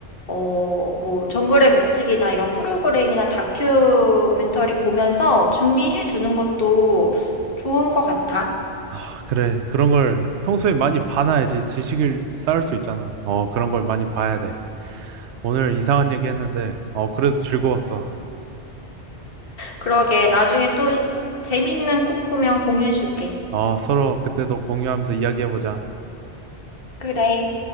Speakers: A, on the left; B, on the right.
A: 어, 뭐, 정글의 법칙이나 이런 프로그램이나 다큐멘터리 보면서 준비해 두는 것도 좋은 것 같아.
B: 아 그래 그런 걸 평소에 많이 봐놔야지 지식을 쌓을 수 있잖아. 어 그런 걸 많이 봐야 돼. 오늘 이상한 얘기 했는데 어 그래도 즐거웠어.
A: 그러게, 나중에 또 시- 재밌는 꿈 꾸면 공유해 줄게.
B: 어 서로 그때 더 공유하면서 이야기해보자.
A: 그래.